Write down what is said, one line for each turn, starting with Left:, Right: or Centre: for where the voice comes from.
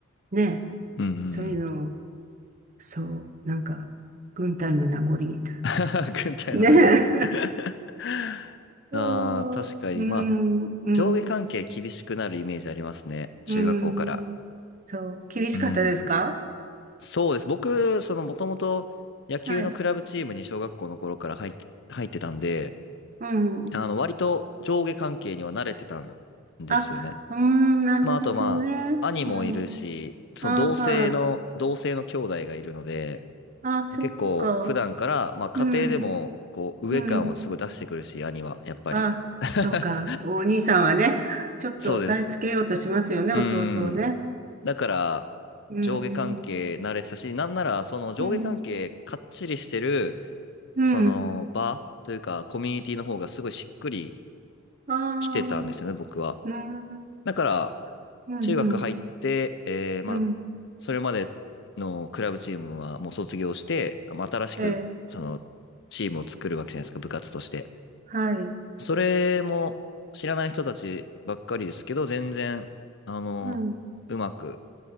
Right: ね、
Left: うんうんうん。
Right: そういうの、そう、なんか、軍隊の名残みたいな。
Left: <laughs> 軍隊の名残。
Right: ね
Left: <laughs>
Right: え。<laughs> そう、
Left: ああ、確かに。
Right: うん、
Left: まあ、
Right: うん。
Left: 上下関係厳しくなるイメージありますね。中学校から。
Right: うん。そう、厳しかったですか
Left: うん。そうです。僕、その、もともと野球のクラブチームに小学校の頃から入って、
Right: はい。
Left: 入ってたんで、
Right: うん。
Left: あの、割と上下関係には慣れてたんですよね。
Right: あ、うーん、なるほどね。
Left: まあ、あとまあ、兄もいるし、
Right: うん。
Left: その同性の、
Right: あ、はい。
Left: 同性の兄弟がいるので、
Right: あ、そっか。
Left: 結構普段から、まあ、家庭でも、
Right: うん、
Left: こう、上感をすごい出してくるし、
Right: うん。
Left: 兄は、やっぱり。
Right: あ、
Left: <laughs>
Right: そうか。お兄さんはね、ちょっと押さえつけようとしますよね、
Left: そうです。うん。
Right: 弟をね。
Left: だから、
Right: うん、
Left: 上下関係慣れてたし、なんなら、その上下関係かっちりしてる、
Right: うん、うん。
Left: その場というか、コミュニティの方がすごいしっくり
Right: ああ、うん、
Left: きてたんですよね、僕は。
Right: うん、
Left: だから、
Right: うん、
Left: 中学入って、えー、まあ、
Right: うん。
Left: それまでのクラブチームはもう卒業して、まあ新しく、
Right: ええ、
Left: その、チームを作るわけじゃないですか、部活として。
Right: はい。
Left: それも知らない人たちばっかりですけど、全然、あの、
Right: うん、
Left: うまく、